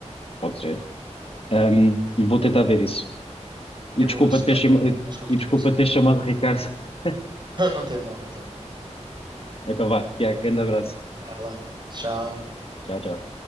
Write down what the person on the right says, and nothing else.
Eu
vou ver se
pego
na música portuguesa.
<laughs> Não tem mal, não tem mal.
Vai lá. Tchau.